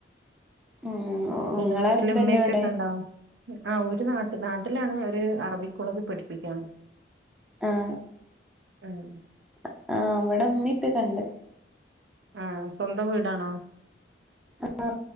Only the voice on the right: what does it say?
പിന്നെ
വീട്ടില്
ഇമ്മി ഇപ്പൊക്കെ
ഇണ്ട ആ ഒര് നാട്ട നാട്ടിലാണ് ഒരു അറബി കോളേജ് പഠിപ്പിക്കയാണ്
ഉം
ആ സ്വന്തം വീടാണോ